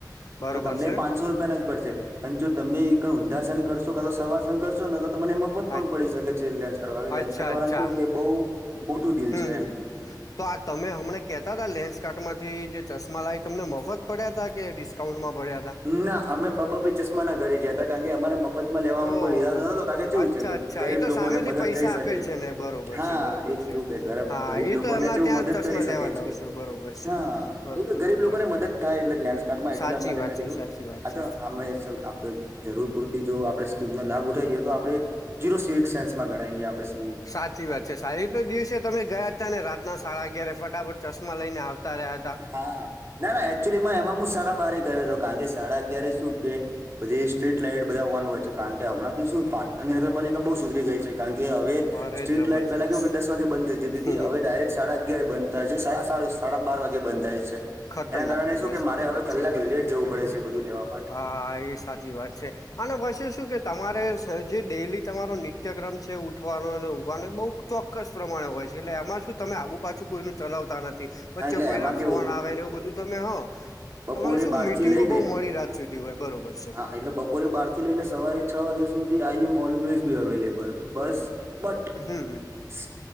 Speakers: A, on the left; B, on the right.
A: બરોબર
B: તો તમને
A: છે.
B: પાંચસો રૂપિયા ના જ પડશે. અન જો તમે એકડ ઊંધાસન કરશો કા તો સવાસન કરશો ન તો તમને એમાં પત
A: સાચું.
B: પણ પડી શકે છે લેન્સકાડ હવે લેન્સકાર્ટ
A: અચ્છા અચ્છા
B: વાળાનું કે બહુ મોટું દિલ
A: હમ
B: છે
A: હમ
B: એમ.
A: તો આ તમે હમને કેતા હતા લેન્સ કાર્ટમાંથી જે ચશ્મા લાય તમને મોફત પડ્યા તા કે ડિસ કાઉન્ટમાં પડીયા તા.
B: ના અમે બબાભાઈ ચશ્માના ઘરે જયા હતા કારણ કે અમારે મફત માં લેવામાં
A: ઓહ
B: કોઈ ઈરાદો નતો કારણ કે ચેવું
A: અચ્છા
B: છે કે
A: અચ્છા
B: ગરીબ
A: એ તો
B: લોકોને
A: સામેથી
B: મદદ
A: પૈસા
B: થઈ
A: આપે
B: શકે.
A: છે ને બરોબર
B: હા
A: છે બરોબર
B: એ
A: છે
B: જો બેન ગરબ
A: હા
B: ગરીબ
A: એ
B: લોકોને
A: તો એમના
B: જેવું
A: ત્યાં
B: મદદ
A: ચશ્મા
B: કરી શકે
A: લેવા જાવ
B: છે.
A: છો બરોબર છે
B: હા,
A: બરોબર
B: એતો ગરીબ
A: બરોબર
B: લોકોને મદદ થાય એટલે લેન્સ કાર્ડમાં એટલા
A: સાચી
B: માટે
A: વાત
B: મેં કીધું
A: છે સાચી વાત
B: આ તો
A: છે
B: આ <unintelligible> જરૂર પૂરતી જો આપડે સ્કીમનો લાભ ઉઠાઇયે એ તો આપડે જીરો સિવિક સેન્સમાં ગણાઇયે આપણે સ
A: સાચી વાત છે સારી તો દિવસે તમે ગયા. તા ને રાતના સાડા અગિયારે ફટાફટ ચશ્મા લઈને આવતા રહ્યાત.
B: હા, ના-ના એકચુલીમાં એમાં એમા મું સાડા બારે ગયો હતો કારણ કે સાડા અગિયાર શું કે બધી સ્ટ્રીટ લાઈટ બધા હોવાનું હોય છે, કારણ કે હમણાંથી શું પાટણની નગરપાલિકા બહુ સુધરી ગઈ છે કારણ કે હવે
A: અરે
B: સ્ટ્રીટ
A: જબરજસ્ત
B: લાઈટ પેલા કેવું દસ વાગે બંધ થઈ જતી
A: હમ
B: હતી. હવે ડાયરેક્ટ સાડા અગિયારે બંધ થાય છે સાડા સાડ સાડા બાર વાગે બંધ થાય છે.
A: ખતરનાક
B: એના કારણે
A: કેવાય
B: શું કે
A: સાચી
B: મારે હવે
A: વાત
B: કલાક
A: છે
B: લેટ જવું પડે છે બધું લેવા માટે
A: હા, એ સાચી વાત છે. અને પછી શું કે તમારે સ જે ડેઈલી તમારો નિત્યક્રમ છે ઊઠવાનો અને ઊંઘવાનો એ બહુ ચોક્કસ પ્રમાણે હોય છે એટલે એમાંજ તો તમે આગુ પાછું કોઈનું ચલાવતા નથી વચ્ચે
B: હા એટલે
A: કોઈ
B: એમાં
A: ના
B: કેવું
A: ફોન આવે ને એવું બધું તમે હો
B: બપોરે
A: અમારે શું
B: બાર
A: મિટિંગો
B: થી લઈને
A: બહુ મોડી રાત સુધી હોય બરોબર. છે
B: હા, એટલે બપોરે બાર થી લઈને સવારે છ વાગ્યા સુધી I am always be available બસ બટ,
A: હમ
B: સ